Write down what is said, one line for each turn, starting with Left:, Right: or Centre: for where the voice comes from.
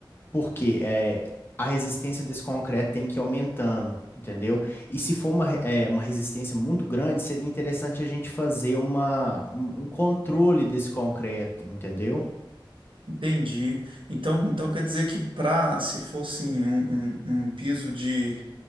Left: porque é, a resistência desse concreto tem que ir aumentando, entendeu? E se for uma, re- é, uma resistência muito grande, seria interessante a gente fazer uma, um um controle desse concreto, entendeu?
Right: Entendi. Então, então quer dizer que para se fosse um, um, um piso de